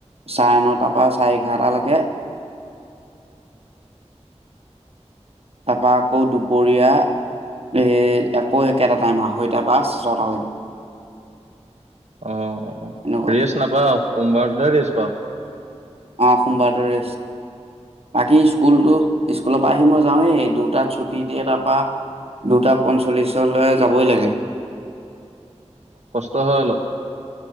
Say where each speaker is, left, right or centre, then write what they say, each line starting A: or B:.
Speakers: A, on the right; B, on the right.
A: চাৰে নটাৰ পৰা চাৰে এঘাৰটালৈকে তাৰপা আকৌ দুপৰীয়া এই আকৌ একেটা টাইম আঢ়ৈটা পা ছঁয় টা লৈকে
B: অঁ অঁ অ
A: এনেকুৱা
B: ৰেষ্ট নাপাও। সোমবাৰ ৰেষ্ট পাওঁ।
A: অ সোমবাৰটো ৰেষ্ট বাকী স্কুলটো স্কুলৰ পৰা আহি মই যাওঁৱেই দুটাত ছুটি দিয়ে তাৰপৰা দুটা পঞ্চল্লিছলৈ যাবই লাগে।
B: কষ্ট হয় অলপ।